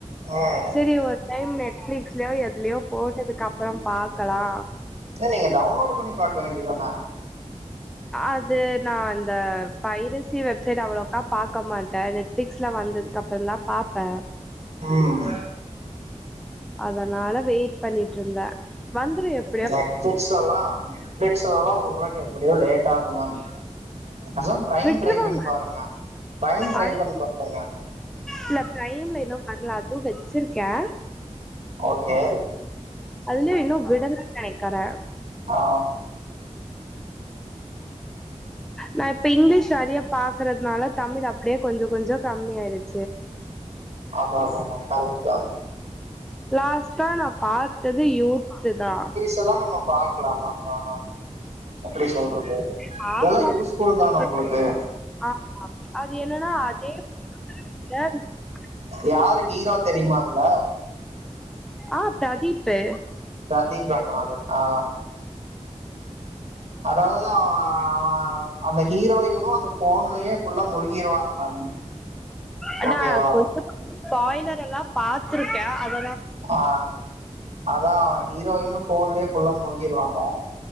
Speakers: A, on the right (about 55°); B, in the centre.
A: ம்
B: செரி ஒரு டைம் நெட்ஃபிளிக்ஸ்லியோ எதுலயோ போட்டதுக்கு அப்ரோ பாக்கலா
A: ஏ‌ நீங்க டவுன்லோட் பண்ணி பாக்க வேண்டிதான
B: அது நா அந்த பைரசி வெப்சைட் அவ்ளோவுக்கா பாக்க மாட்டே நெட் நெட்ஃபிக்ஸ்ல வந்ததுக்கப்புறந் தா பாப்பே
A: ம்
B: அதனால வெயிட் பண்ணிட்டு இருந்தே வந்துரு எப்
A: நெட்ஃபிளிக்ஸ்லல்லா நெட்ஃபிளிக்ஸ்லல்லா வுடரக்கு எப்டியு லேட் ஆகு மேம் பேசாம ப்ரைம்
B: விட்ருவாங்க
A: ட்ரை பண்ணி பாருங்க ப்ரைம் ட்ரை
B: அடுத்து
A: பண்ணி பாருங்க
B: இல்ல ப்ரைம்ல இன்னு வரல அது வெச்சிருக்கே
A: ஓகே
B: அதுலயு இன்னு விடலைன் நெனைக்கறே
A: ஆ
B: நா இப்ப இங்கிலீஷ் நெறைய பாக்கறத்னால தமிழ் அப்டியே கொஞ்சொ கொஞ்சொ கம்மி ஆயிருச்
A: அதா அதா அதா கரெக்ட்டு தா
B: லாஸ்ட்டா நா பாத்தது யூத்துதா
A: இதெல்லா நம்ம பாக்கலாமாபா எப்டி சொல்றது
B: பாக்கலா
A: இதெல்லாம் யூஸ்ஃபுல் தான உங்களுக்கு
B: <inaudible> ஆ அது என்னன்னா அதே <inaudible> <unintelligible>
A: யாரு ஹீரோ தெரியுமா அதுல
B: ஆ பிரதீப்பு
A: பிரதீப் ரங்கநாதன் ஆ அதாவது அவே அவ அந்த ஹீரோயினு அந்த ஃபோன்லயே ஃபுல்லா முழுகிருவாங்க மேம்
B: அதா
A: ஓகேவா
B: கொஞ்சோ கொஞ்சோ பாயிலர் எல்லா பாத்துருக்கே அத
A: ஆ அதா ஹீரோயினு ஃபோன்லயே ஃபுல்லா மூழ்கிருவாங்க